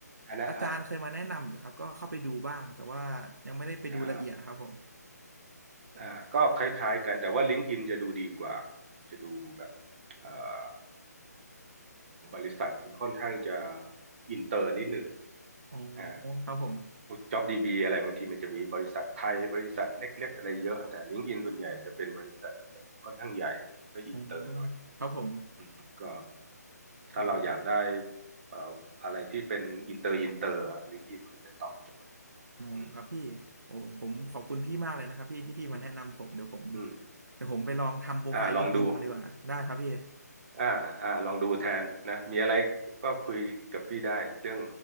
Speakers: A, on the right (about 35°); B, on the right (about 80°).
A: อันนั้นอ่า
B: อาจารย์เคยมาแนะนำอยู่ครับก็เข้าไปดูบ้างแต่ว่ายังไม่ได้ไปดูละเอียดครับผม
A: อ่าอ่าก็คล้ายๆกัน แต่ว่า LinkedIn จะดูดีกว่า จะดูแบบเอ่อบริษัทมันค่อนข้างจะอินเตอร์นิดนึง
B: อ๋อ
A: อ่า
B: ครับผม
A: พวก JobDB อะไรบางทีมันจะมีบริษัทไทยบริษัทเล็กๆอะไรเยอะ แต่ LinkedIn ส่วนใหญ่จะเป็นบริษัทอค่อนข้างใหญ่แล้วก็อินเตอร์หน่อย
B: อ๋อครับผม
A: อืมก็ถ้าเราอยากได้
B: อม
A: เอ่ออะไรที่เป็นอินเตอร์อินเตอร์ลิงก์อินมันจะตอบโจทย์
B: ออ๋อครับพี่โอ้ผมขอบคุณพี่มากเลยนะครับพี่ที่พี่มาแนะนำผมเดี๋ยวผม
A: อืมอืม
B: เดี๋ยวผมไปลองทำโปรไฟล์ลิงก์อินดีกว่าได้ครับพี่
A: อ่าลองดู อ่าอ่าลองดูแทนนะมีอะไรก็คุยกับพี่ได้เรื่อง